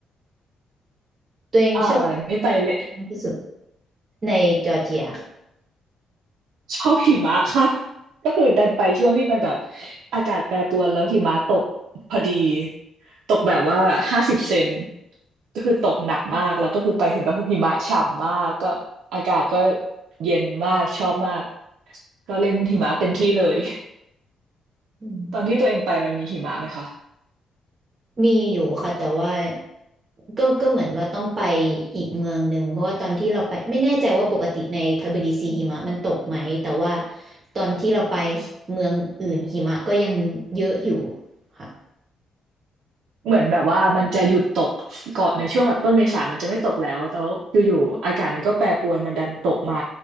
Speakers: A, on the right; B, on the right.
A: ตัวเองชอบ
B: อ่านี่ไปเลย
A: มากที่สุดในจอร์เจียค่ะ
B: ชอบหิมะค่ะก็คือดันไปช่วงที่มันแบบอากาศแปรปรวนแล้วหิมะตกพอดีตกแบบว่าห้าสิบเซนก็คือตกหนักมากแล้วก็คือไปถึงก็คือหิมะฉ่ำมากก็อากาศก็เย็นมากชอบมากก็เล่นหิมะเต็มที่เลย
A: อืม
B: ตอนที่ตัวเองไปมันมีหิมะไหมคะ
A: มีอยู่ค่ะแต่ว่าก็ก็เหมือนว่าต้องไปอีกเมืองหนึ่งเพราะว่าตอนที่เราไปไม่แน่ใจว่าปกติในทบิลิซีหิมะมันตกไหมแต่ว่าตอนที่เราไปเมืองอื่นหิมะก็ยังเยอะอยู่ค่ะ
B: เหมือนแบบว่ามันจะหยุดตกก่อนในช่วงแบบต้นเมษามันจะไม่ตกแล้วแล้วอยู่ๆอากาศมันก็แปรปรวนมันดันตกมา